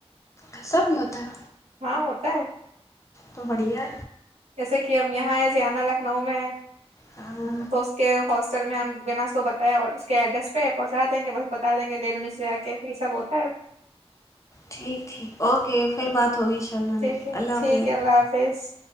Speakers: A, on the left; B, on the right.
A: ایسا بھی ہوتا ہے
B: ہاں ہوتا ہے
A: تو بڑییا
B: جسے کہ اب یہاں ہے زانا لکھنؤ میں
A: ہاں
B: تو اس کے حصل سل میں ہم بنا اس کو بتایا اور اس کے ایڈریس پہ پہنچا دیں گے بس بتا دیں گے لونے سے آ کے یہ سب ہو <unintelligible>
A: ٹھیک ٹھیک اوکے پھر بات ہوگی ان شاء اللہ
B: ٹھیک ہے
A: اللہ حافظ
B: ٹھیک ہے اللہ حافظ